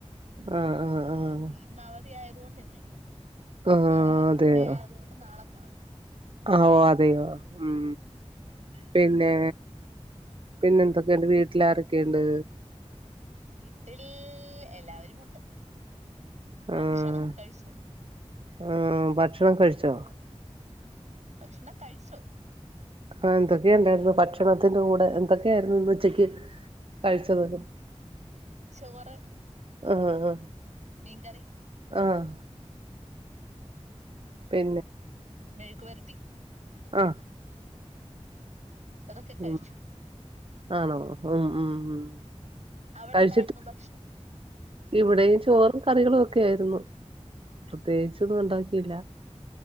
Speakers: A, on the right; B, on the right.
A: ആഹ് ആഹ് ആഹ്
B: ഇന്ന് അവധി ആയതുകൊണ്ട് ഇന്നില്ല
A: ആഹ്
B: നാളെ വർക്കിംഗ്
A: അതെയോ
B: ഡേ ആയതുകൊണ്ട് നാളെ കാണും
A: ആഹ് ഓഹ് അതെയോ ഉം പിന്നെ പിന്നെന്തൊക്കെയുണ്ട് വീട്ടില് ആരൊക്കെയുണ്ട്?
B: വീട്ടിൽ എല്ലാവരുമുണ്ട് ഭക്ഷണം
A: ആഹ്
B: കഴിച്ചോ?
A: ആഹ് ഭക്ഷണൊക്കെ കഴിച്ചോ?
B: ഭക്ഷണം കഴിച്ചു
A: ആഹ് എന്തൊക്കെയൊണ്ടായിരുന്നു ഭക്ഷണത്തിന്റെ കൂടെ എന്തൊക്കെയാരുന്നു ഇന്ന് ഉച്ചയ്ക്ക്‌ കഴിച്ചത്
B: ചോറ്
A: ആഹ് ആഹ്
B: മീൻ കറി
A: ആഹ്
B: ഉം
A: പിന്നെ
B: മെഴുക്ക് വരട്ടി
A: ആഹ്
B: അതൊക്കെ കഴിച്ചു
A: ഉം ആണോ ഉം ഉം ഉം
B: അവിടെന്തായിരുന്നു
A: കഴിച്ചിട്ട്
B: ഭക്ഷണം
A: ഇവിടെയും ചോറും കറികളും ഒക്കെ ആയിരുന്നു പ്രത്യേകിച്ച് ഒന്നും ഒണ്ടാക്കിയില്ല